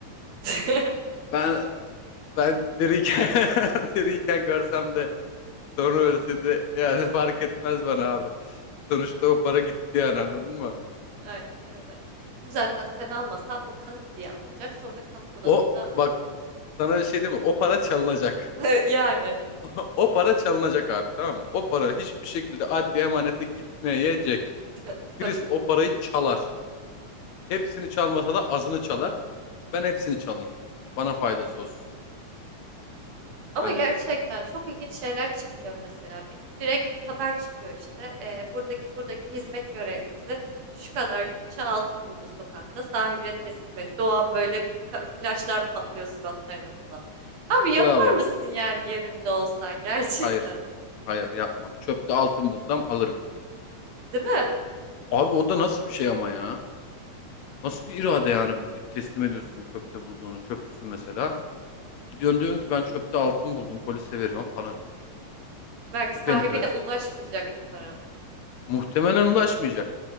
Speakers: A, on the right; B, on the left.
A: <laughs>
B: Ben ben diriyken <laughs> diriyken görsem de sonra ölse de yani fark etmez bana abi. Sonuçta o para gitti yani anladın mı?
A: Aynen öyle. Zaten sen almasan o kanıt diye alınacak. Sonra kanıt odasında
B: O bak sana bir şey diyeyim mi? O para çalınacak.
A: <laughs> Yani
B: <laughs> O para çalınacak abi tamam mı? O para hiçbir şekilde adli emanete gitmeyecek.
A: <laughs> tabii.
B: Birisi o parayı çalar. Hepsini çalmasa da azını çalar. Ben hepsini çalayım. Bana faydası olsun
A: Ama
B: bence.
A: gerçekten çok ilginç şeyler çıkmıyor mesela. Bir, direkt haber çıkıyor işte. Ee, buradaki buradaki hizmet görevlisi şu kadar külçe altın buldu sokakta. Sahibine teslim et. Doğan böyle ka- flaşlar patlıyor suratlarına falan. Abi yapar
B: Bravo.
A: mısın yani yerinde olsan gerçekten?
B: Hayır. Hayır yapmam. Çöpte altın bulsam alırım.
A: Değil mi?
B: Abi o da nasıl bir şey ama ya? Nasıl bir irade yani bu gidip teslim ediyorsun çöpte bulduğunu. Çöpçüsün mesela. Gidiyorsun diyorsun ki ben çöpte altın buldum polise veriyorum falan.
A: Belki
B: Çok
A: sahibine
B: enteresan.
A: ulaşmayacak bir para belki de.
B: Muhtemelen ulaşmayacak.